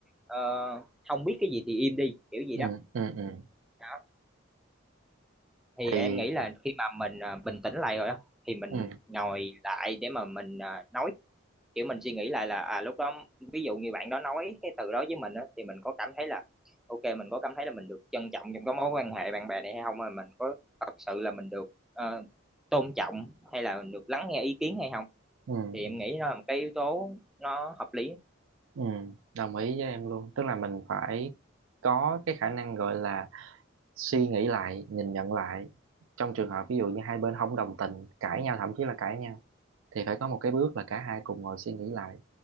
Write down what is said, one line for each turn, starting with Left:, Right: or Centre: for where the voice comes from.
Centre: ờ, không biết cái gì thì im đi kiểu gì
Right: ừ
Centre: đó
Right: ừ ừ.
Centre: À, thì
Right: thì
Centre: em nghĩ là khi mà mình à, bình tĩnh lại rồi á thì mình
Right: ừ
Centre: ngồi lại để mà mình à, nói kiểu mình suy nghĩ lại là à lúc đó ví dụ như bạn đó nói cái từ đó với mình á thì mình có cảm thấy là ok mình có cảm thấy là mình được trân trọng trong cái mối quan hệ bạn bè này hay không mà mình có thật sự là mình được ờ, tôn trọng hay là mình được lắng nghe ý kiến hay không
Right: ừ
Centre: thì em
Right: ừ
Centre: nghĩ nó là một cái yếu tố nó hợp lý
Right: ừ. đồng ý với em luôn tức là mình phải có cái khả năng gọi là suy nghĩ lại nhìn nhận lại trong trường hợp ví dụ như hai bên không đồng tình cãi nhau thậm chí là cãi nhau thì phải có một cái bước là cả hai cùng ngồi suy nghĩ lại